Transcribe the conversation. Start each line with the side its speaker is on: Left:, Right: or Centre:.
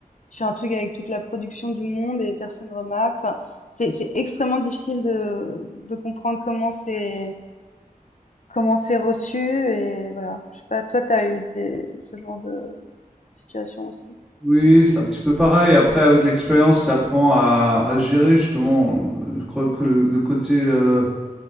Left: tu fais un truc avec toute la production du monde et personne remarque. Enfin, c'est, c'est extrêmement difficile de, de comprendre comment c'est. Comment c'est reçu et voilà. Je sais pas, toi, t'as eu des, ce genre de situation aussi?
Centre: Oui, c'est un petit peu pareil. Après, avec l'expérience, tu apprends à, à gérer justement. euh, Je crois que le, le côté euh,